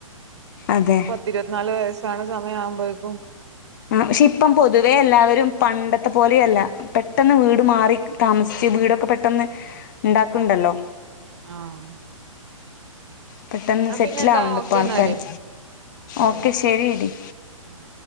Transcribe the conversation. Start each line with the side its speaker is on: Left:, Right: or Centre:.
Left: അതെ
Right: പത്തിരുപത്തിനാല് വയസ്സാണ് സ <unintelligible> ആവുമ്പോയെക്കും
Left: ആഹ് പക്ഷെ ഇപ്പം പൊതുവേ എല്ലാവരും പണ്ടത്തെ പോലെയല്ല പെട്ടെന്ന് വീട് മാറി താമസിച്ച് വീടൊക്കെ പെട്ടന്ന് ഇണ്ടാക്ക്ണ്ടല്ലോ
Right: ആഹ്
Left: പെട്ടെന്ന്
Right: എന്നാ
Left: സെറ്റിലാവണ്ട്
Right: പിന്നെ എന്താ ഓക്കെ
Left: ഇപ്പൊ ആൾക്കാര്
Right: എന്നാല്
Left: ഓക്കെ
Right: ഉം
Left: ശെരിടി
Right: ഉം